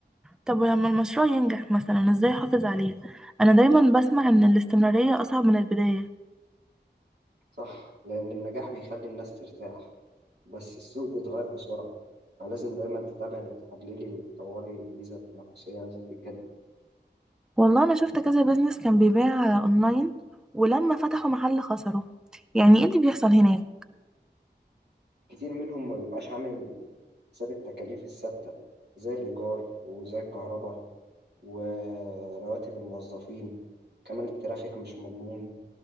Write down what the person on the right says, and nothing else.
صح لأن النجاح بيخلي الناس ترتاح بس السوق بيتغير بسرعة فلازم دايما تتابعي وتحللي وتطوري الميزة التنافسية لازم تتجدد
كتير منهم ما بيبقاش عامل حساب التكاليف الثابتة زي الإيجار وزي الكهرباء ورواتب الموظفين كمان الترافيك مش مضمون